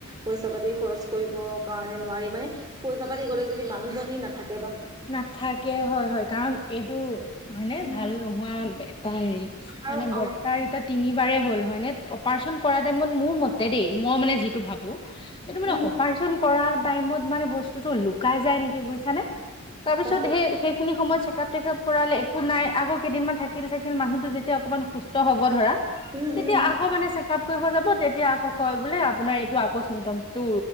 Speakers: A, on the right (about 20°); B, on the left (about 25°).
A: পইচা-পাতি খৰচ কৰিব কাৰণে নোৱাৰি, মানে পইচা-পাতি গ'লে যদি মানুহজনী নাথা
B: নাথাকে হয় - হয়, কাৰণ এইটো হয়নে?
A: উম,
B: ভাল নোহোৱা এটা হেৰি,
A: আৰু
B: মানে
A: আমাৰ
B: বৰতাৰ এতিয়া তিনিবাৰে হ'ল, হয়নে? অপাৰেশ্যন কৰা টাইমত মোৰ মতে দেই, মই মানে যিটো ভাবো। এইটো
A: উম,
B: মানে অপাৰেশ্যন কৰা টাইমত মানে বস্তুটো লুকাই যায় নেকি বুইছানে? তাৰপিছত
A: তাকে
B: সেই- সেইখিনি সময় চে কাপ-টেকাপ কৰালে, একো নাই। আকৌ কেইদিনমান থাকিল-ছাকিল। মানুহটো যেতিয়া অকণমান সুস্থ হব ধৰা
A: উম,
B: তেতিয়া
A: উম,
B: আকৌ মানে চেক-আপ কৰিব যাব, তেতিয়া আকৌ কয় বোলে আপোনাৰ এইটো আকৌ ছিমটমছটো